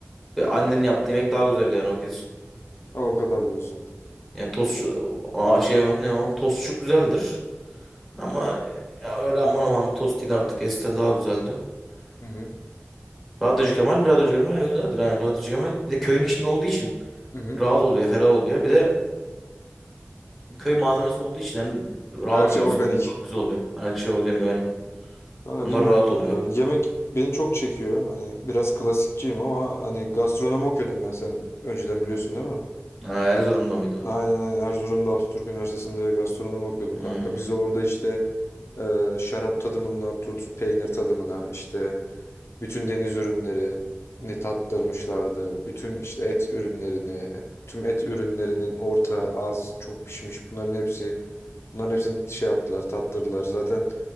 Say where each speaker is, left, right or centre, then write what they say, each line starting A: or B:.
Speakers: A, in the centre; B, on the left (about 65°).
A: annenin yaptığı yemek daha güzel yani o kesin.
B: O kadar diyorsun.
A: Ya tost aa, şey o, ne o tostçuk güzeldir. Ama ya öyle aman aman bir tost değil artık eskiden daha güzeldi.
B: Hı hı.
A: Radyocu Kemal, Radyocu Kemal, ay, Radyo- Radyo- Radyocu Kemal. Bir de köyün içinde olduğu için
B: Hı hı.
A: rahat oluyor, ferah oluyor. Bir de köy malzemesi olduğu için hem rahat
B: Her şey
A: yiyorsun,
B: organik.
A: bir de tadı güzel oluyor. Arkadaşlar organik aynen.
B: Kanka
A: Onlar
B: bilmiyorum
A: rahat oluyor.
B: ya. Yemek beni çok çekiyor. Hani biraz klasikçiyim ama hani gastronomi okuyordum ben sen önceden biliyorsun değil mi?
A: Ha, Erzurum'da mıydı?
B: Aynen aynen Erzurum'da Atatürk Üniversitesi'nde gastronomi okuyordum
A: Hmm,
B: kanka. Biz orada işte e, şarap tadımından tut peynir tadımına işte bütün deniz ürünlerini tattırmışlardı. Bütün işte et ürünlerini, tüm et ürünlerinin orta, az, çok pişmiş bunların hepsi bunların hepsini şey yaptılar, tattırdılar. Zaten